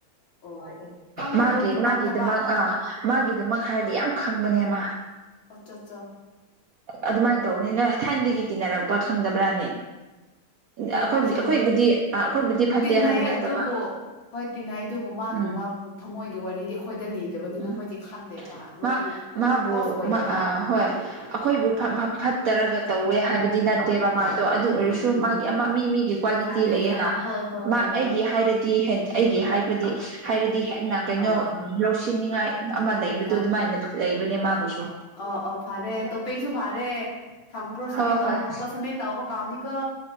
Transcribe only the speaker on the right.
ꯃꯥꯒꯤꯦ ꯃꯥꯒꯤꯗꯨ
ꯃꯥ ꯑ ꯃꯥꯒꯤ ꯑꯗꯨꯗꯃꯛ ꯍꯥꯏꯔꯗꯤ ꯌꯥꯝ ꯈꯪꯕꯅꯦꯃ
ꯑꯗꯨꯃꯥꯏꯅ ꯇꯧꯕꯅꯤꯅ ꯊꯥꯏꯅꯗꯒꯤ ꯇꯤꯟꯅꯔꯛꯄ ꯈꯪꯗꯕ꯭ꯔꯥꯅꯦ
ꯑꯩꯈꯣꯏ
ꯑꯩꯈꯣꯏꯕꯨꯗꯤ ꯑꯩꯈꯣꯏꯕꯨꯗꯤ ꯐꯠꯇꯦ
ꯍꯥꯏꯕ ꯅꯠꯇꯕ
ꯎꯝ
ꯎꯝ
ꯃꯥ
ꯃꯥꯕꯨ
ꯍꯣꯏ ꯑꯩꯈꯣꯏꯕꯨ ꯐꯠꯇꯔꯒ ꯇꯧꯋꯦ ꯍꯥꯏꯕꯗꯤ ꯅꯠꯇꯦꯕ ꯃꯥꯗꯣ ꯑꯗꯨ
ꯑꯣꯏꯔꯁꯨ
ꯃꯥꯒꯤ ꯑꯃ ꯃꯤ ꯃꯤꯒꯤ ꯀ꯭ꯋꯥꯂꯤꯇꯤ
ꯂꯩꯌꯦꯅ
ꯑꯩꯒꯤ
ꯍꯥꯏꯔꯗꯤ ꯍ ꯑꯩꯒꯤ ꯍꯥꯏꯕꯗꯤ ꯍꯥꯏꯔꯗꯤ ꯀꯩꯅꯣ
ꯂꯧꯁꯤꯟꯅꯤꯡꯉꯥꯏ ꯑꯃ ꯂꯩꯕꯗꯣ
ꯑꯗꯨꯃꯥꯏꯅ ꯂꯩꯕꯅꯦ ꯃꯥꯕꯨꯁꯨ
ꯍꯣꯏ
ꯍꯣꯏ